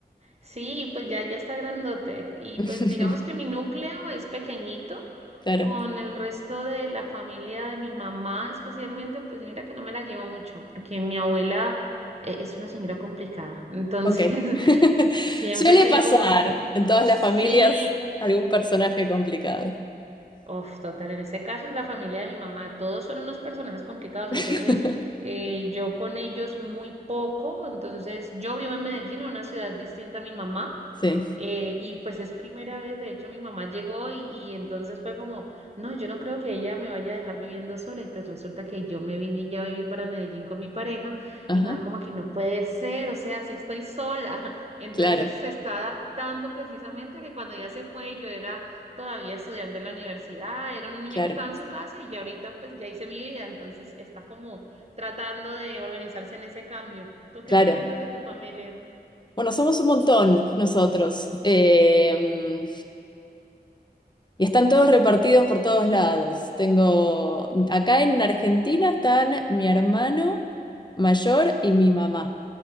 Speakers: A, on the right; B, on the left.
A: sí, pues ya, ya está grandote. Y
B: <laughs>
A: pues digamos que mi núcleo es pequeñito,
B: Claro,
A: con el resto de la familia de mi mamá especialmente, pues mira que no me la llevo mucho, porque mi abuela eh, es una señora complicada, entonces
B: ok. <laughs>
A: <laughs> siempre
B: Suele
A: tengo,
B: pasar en todas
A: sí.
B: las familias algún personaje complicado.
A: Uf, total, en ese caso es la familia de mi mamá, todos son unos personajes complicados,
B: <laughs>
A: entonces eh, yo con ellos muy poco, entonces yo vivo en Medellín, en una ciudad distinta a mi mamá,
B: Sí,
A: eh, y pues es primera vez, de hecho mi mamá llegó y, y entonces fue como, no, yo no creo que ella me vaya a dejar viviendo sola y pues resulta que yo me vine ya a vivir para Medellín con mi pareja
B: ajá,
A: y más como que no puede ser, o sea, si estoy sola. <laughs> Entonces
B: claro,
A: se está adaptando precisamente a que cuando ella se fue yo era todavía estudiante en la universidad, era una niña
B: claro,
A: que estaba en su casa y ya ahorita pues ya hice mi vida, entonces está como tratando de organizarse en ese cambio. ¿Tú qué
B: claro.
A: me cuentas de tu familia?
B: Bueno, somos un montón nosotros. Em, Y están todos repartidos por todos lados. Tengo, acá en Argentina están mi hermano mayor y mi mamá.